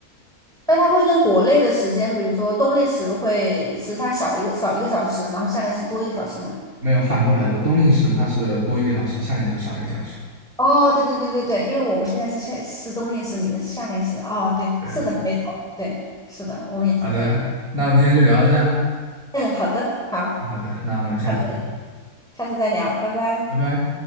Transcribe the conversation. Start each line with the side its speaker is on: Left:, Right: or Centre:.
Centre: 但它会跟国内的时间，比如说冬令时会时差少一个少一个小时，然后夏令时多一个小时嘛。
Right: 没有反过来的。冬令时它是多一个小时，夏令时少一个小时。
Centre: 哦，对对对对对，因为我们现在是夏是冬令时，你们是夏令时。哦，对，
Right: 对，
Centre: 是的，没错，对，是的，我们也是这样。
Right: 好的，那我们今天就聊到这儿
Centre: 嗯，好的，好，
Right: 好的，那我们下次聊，
Centre: 好的，下次再聊，拜拜。
Right: 拜拜。